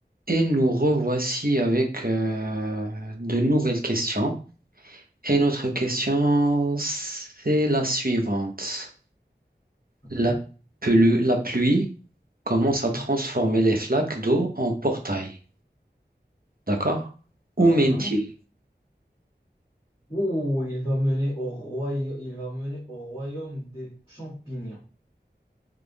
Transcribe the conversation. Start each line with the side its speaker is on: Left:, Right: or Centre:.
Right: Et nous revoici avec euh, de nouvelles questions. Et notre question, c'est la suivante.
Left: Hein,
Right: La pelu- la pluie commence
Left: La pluie.
Right: à transformer les flaques d'eau en portails. D'accord? Où
Left: Ah,
Right: mène-t-il?
Left: hein. Ouh, il va mener au royaume, il va mener au royaume des champignons.